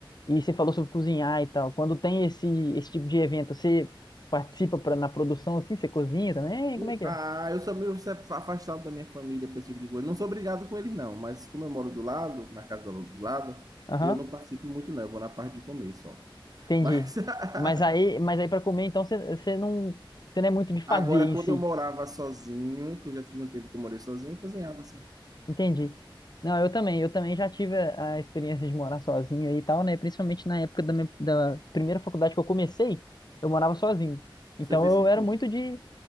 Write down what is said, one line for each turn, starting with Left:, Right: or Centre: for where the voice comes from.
Left: e você falou sobre cozinhar e tal. Quando tem esse, esse tipo de evento, você participa pra, na produção assim? Você cozinha também?
Right: Hum,
Left: Como é que
Right: Ah,
Left: é?
Right: eu sou meio sep- afastado da minha família para esse tipo de coisa. Não sou obrigado com eles, não, mas como eu moro do lado, na casa do do lado,
Left: Aham,
Right: eu não participo muito, não. Eu vou na parte de comer só.
Left: entendi.
Right: Mas <laughs>
Left: Mas aí, mas aí para comer, então você você não, você não é muito de fazer
Right: agora,
Left: em
Right: quando
Left: si.
Right: eu morava sozinho, que eu já tive um tempo que eu morei sozinho, eu cozinhava assim.
Left: Entendi. Não, eu também, eu também já tive a, a experiência de morar sozinho e tal, né? Principalmente na época da, minha, da primeira faculdade que eu comecei, eu morava sozinho. Então
Right: Você fez
Left: eu
Right: que
Left: era
Right: curso?
Left: muito de